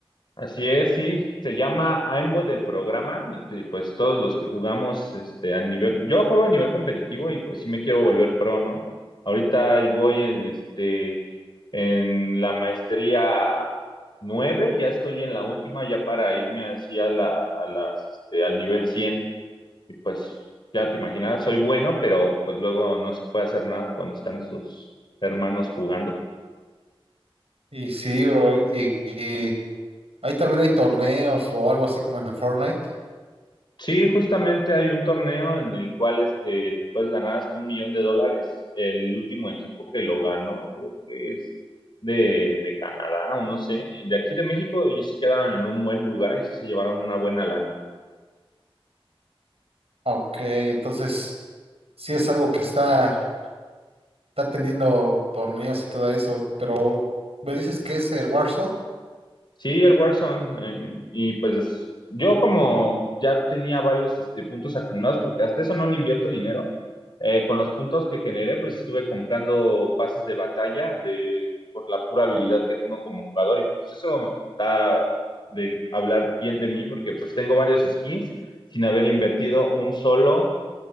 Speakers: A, on the left; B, on the right.
A: Así es, sí, se llama AIMBot del programa y, y, pues todos los que jugamos este a nivel, yo juego a nivel competitivo y pues sí me quiero volver pro, ¿no? Ahorita ahí voy en este en la maestría 9. ya estoy en la última ya para irme así a la a las este al nivel 100 y pues ya te imaginas, soy bueno, pero pues luego no se puede hacer nada cuando están esos hermanos jugando.
B: Y sí, bro, y, y ahí también hay torneos o algo así como en el Fortnite.
A: Sí, justamente hay un torneo en el cual este, te puedes ganar hasta un millón de dólares. El último equipo que lo ganó, creo que es de, de Canadá o no sé. Y De aquí de México, ellos sí quedaron en un buen lugar y sí se llevaron una buena lana.
B: Ok, entonces sí es algo que está está teniendo torneos y todo eso, pero me dices que es el Warzone
A: Sí, el Warzone. eh, y pues yo como ya tenía varios este, puntos acumulados, porque hasta eso no le invierto dinero, eh, con los puntos que generé, pues estuve comprando pases de batalla de, por la pura habilidad que tengo como jugador. Y pues eso está de hablar bien de mí, porque pues tengo varios skins sin haber invertido un solo